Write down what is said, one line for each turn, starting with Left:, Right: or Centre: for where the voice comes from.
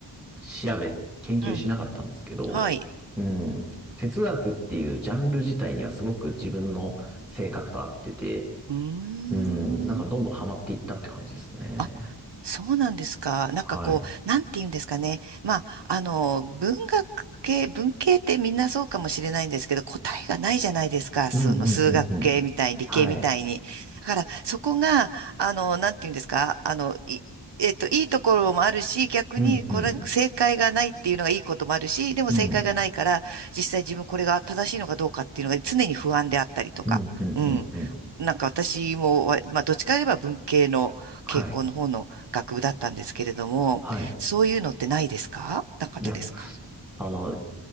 Centre: 調べ、研究しなかったんですけど、
Right: うん。はい。
Centre: うん。哲学っていうジャンル自体にはすごく自分の性格と合ってて、
Right: うーん。
Centre: うん。なんかどんどんハマっていったって感じですね。
Right: あ、そうなんですか。なんかこう、
Centre: はい。
Right: なんて言うんですかね。まあ、あの、文学系、文系ってみんなそうかもしれないんですけど、答えがないじゃないですか。
Centre: うんうんうんうん。
Right: その数学系みたいに、理系みたいに。
Centre: はい。
Right: だから、そこが、あの、なんて言うんですか。あの、い、えっと、いいところもあるし、逆に、
Centre: うんうん。
Right: これ、正解がないっていうのがいいこともあるし、でも正解がないから、
Centre: うん。
Right: 実際自分これが正しいのかどうかっていうのが常に不安であったりとか。
Centre: うん、うん、
Right: うん。
Centre: うん、うん。
Right: なんか私もわ、まあ、どっちかといえば文系の、
Centre: はい、
Right: 傾向の方の学部だったんですけれども、
Centre: はい。
Right: そういうのってないですかなかったですか
Centre: いや、あの、